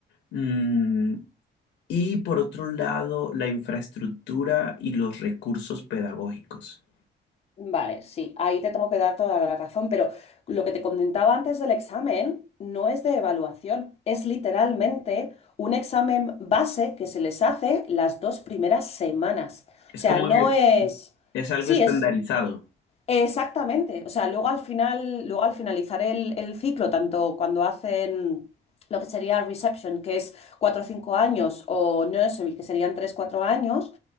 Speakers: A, on the left; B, on the left.
A: Mm, y por otro lado, la infraestructura y los recursos pedagógicos.
B: Vale, sí, ahí te tengo que dar toda la razón, pero lo que te comentaba antes del examen no es de evaluación, es literalmente un examen base que se les hace las dos primeras semanas. O
A: Es
B: sea,
A: como
B: no
A: que
B: es...
A: es algo
B: Sí,
A: estandarizado.
B: es... Exactamente. O sea, luego al final, luego al finalizar el, el ciclo, tanto cuando hacen lo que sería reception, que es 4 o 5 años, o nursery, que serían 3 4 años,